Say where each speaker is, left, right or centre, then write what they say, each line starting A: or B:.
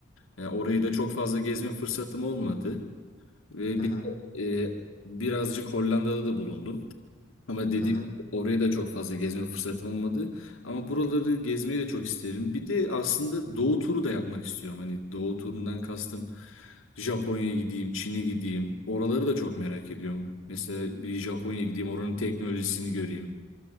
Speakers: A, on the left; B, on the left.
A: Yani orayı da çok fazla gezme fırsatım olmadı. Ve
B: Hı hı.
A: bir de, e, birazcık Hollanda'da da bulundum. Ama dediğim
B: Hı hı.
A: gibi oraya da çok fazla gezme fırsatım olmadı. Ama buraları gezmeyi de çok isterim. Bir de aslında doğu turu da yapmak istiyorum. Hani doğu turundan kastım Japonya'ya gideyim, Çin'e gideyim. Oraları da çok merak ediyorum. Mesela bir Japonya'ya gideyim, oranın teknolojisini göreyim.